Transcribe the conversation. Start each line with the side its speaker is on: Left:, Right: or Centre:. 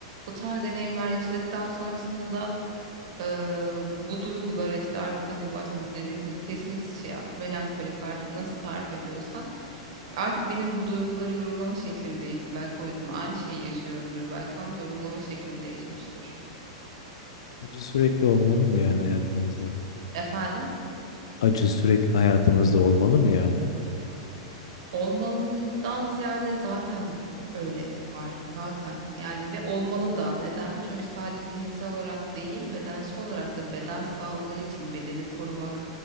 Right: Bu tarz deneyimler yaşadıktan sonrasında da e, bu duygulara işte artık hani başta dediğimiz gibi pesimist şey yap, melankolik artık nasıl tarif ediyorsan. Artık benim bu duyguları yorumlama şeklim değişti. Belki o yüzden aynı şeyi yaşıyorumdur belki ama yorumlama şeklim değişmiştir.
Left: Acı sürekli olmalı mı yani hayatımızda?
Right: Efendim?
Left: Acı sürekli hayatımızda olmalı mı yani?
Right: Olmalından ziyade zaten öyle var zaten yani ve olmalı da neden? Çünkü sadece zihinsel olarak değil bedensel olarak da beden sağlığı için bedeni korumak